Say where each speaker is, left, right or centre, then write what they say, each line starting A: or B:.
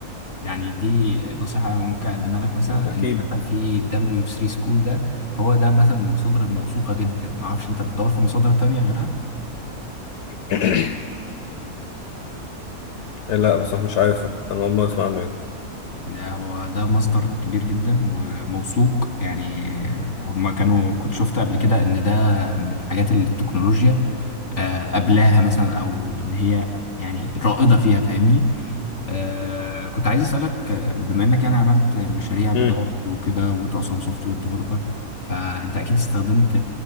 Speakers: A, on the left; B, on the left.
A: يعني دي نصيحه ممكن اقدمها لك مثلا
B: اكيد
A: ان مثلا في دبليو 3 سكول ده هو ده مثلا من المصادر الموثوقه جدا ما اعرفش انت بتدور في مصادر تانية غيرها
B: <clears throat> لا بصراحه مش عارف انا اول مره اسمع عنه يعني.
A: ده هو ده مصدر كبير جدا وموثوق يعني هما كانوا كنت شفت قبل كده ان ده من حاجات التكنولوجيا آه، قبلها مثلا او اللي هي يعني رائده فيها فاهمني آه كنت عايز اسالك آه، بما انك يعني عملت مشاريع بضغط
B: مم.
A: وكده وانت اصلا سوفت وير ديفلوبر فانت اكيد استخدمت